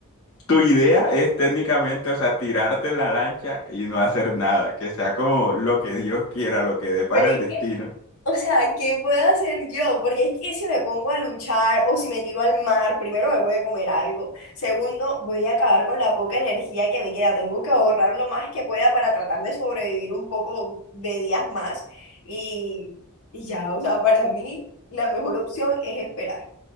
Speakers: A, on the left; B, on the left.
A: Tu idea es técnicamente, o sea, tirarte en la lancha y no hacer nada, que sea como lo que Dios quiera, lo que depara
B: pero es
A: el destino.
B: que O sea, ¿qué puedo hacer yo? Porque es que si me pongo a luchar o si me tiro al mar, primero me voy a comer algo. Segundo, voy a acabar con la poca energía que me queda. Tengo que ahorrar lo más que pueda para tratar de sobrevivir un poco de días más. Y, y ya, o sea, para mí la mejor opción es esperar